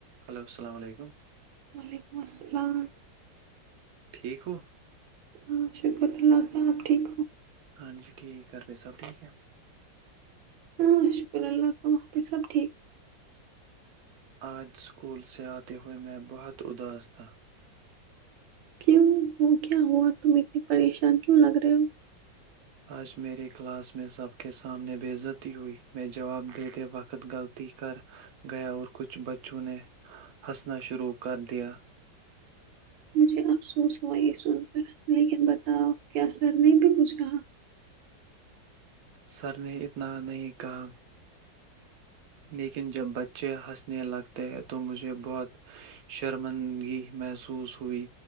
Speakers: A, on the right; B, on the right.
A: ہیلو السلام علیکم
B: وعلیکم السلام
A: ٹھیک ہو
B: ہ شکر اللہ کا آپ ٹھیک ہو
A: ہاں جی ٹھیک ہے کرپیر سب ٹھیک ہے
B: ہاں شکر اللہ ت وہاں پہ سب ٹھیک ہے
A: آج اسکول سے آتے ہوئے میں بہت اداس تھا
B: کیوں وہ کیا ہوا تم اتنے پریشان کیوں لگ رہے ہو
A: آج میرے کلاس میں سب کے سامنے بے عزتی ہوئی میں جواب دیتے وقت غلطی کر گیا اور کچھ بچوں نے ہنسنا شروع کر دیا
B: مجھے افسوس ہوا یہ سن کر لیکن بتاؤ کیا سر نے بھی پچھا
A: سر نے اتنا نہیں کہا لیکن جب بچے ہنسنے لگتے ہیں تو مجھے بہت شرمندگی میںح محسوس ہوئی